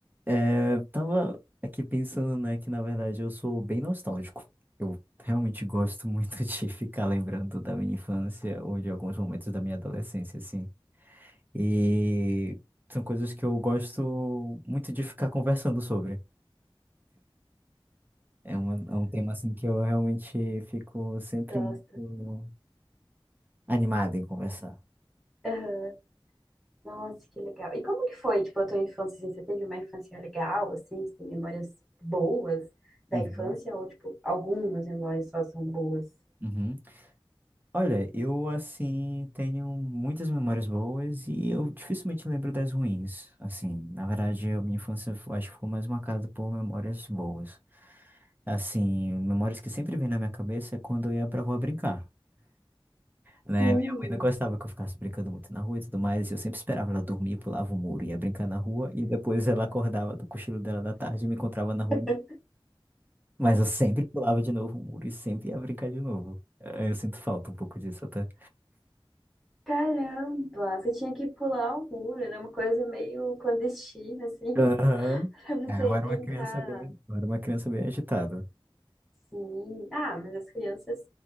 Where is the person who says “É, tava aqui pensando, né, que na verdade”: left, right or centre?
Right